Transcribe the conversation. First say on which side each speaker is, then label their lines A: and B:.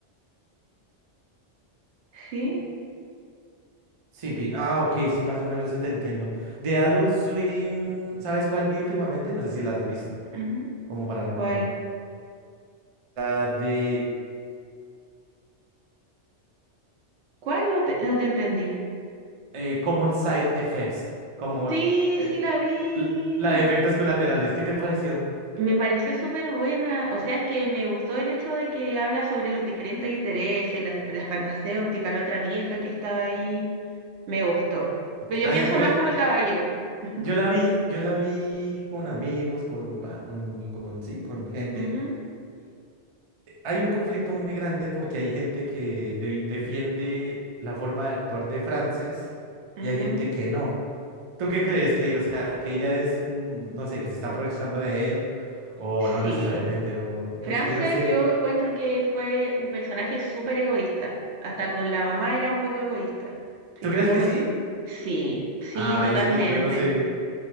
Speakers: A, on the right; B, on the right.
A: ¿sí?
B: Sipi. Ah, ok, sí, más o menos esa te entiendo. De Adult Swim, ¿sabes cuál vi últimamente? No sé si la has visto,
A: Ujú.
B: como para recomendar.
A: ¿Cuál?
B: La de
A: ¿Cuál no te, no te entendí?
B: eh, Common Side Effects, como
A: Sí,
B: eh,
A: sí la vi.
B: l- la de efectos colaterales. ¿Qué te pareció?
A: Me pareció súper buena, o sea, es que me gustó el hecho de que habla sobre los diferentes intereses, la, la farmacéutica, la otra vieja que estaba ahí, me gustó. Pero yo
B: <laughs>
A: pienso
B: Mira,
A: más
B: yo,
A: como el caballero. <laughs>
B: yo la vi, yo la vi con amigos, con, pa- con, con, sí, con gente.
A: Ujú,
B: hay un conflicto muy grande porque hay gente que debi- defiende la forma de actuar de Frances
A: ujú.
B: y hay gente que no. ¿Tú qué crees? Que, o sea, que ella es, mm, no sé, que se está aprovechando de él o no
A: Sí.
B: necesariamente, o
A: Frances,
B: es que no sé.
A: yo encuentro que fue un personaje súper egoísta. Hasta con la mamá era un poco egoísta. Así
B: ¿Tú crees
A: que no
B: que
A: me...
B: sí?
A: Sí, sí,
B: Ay,
A: totalmente.
B: es que yo no sé,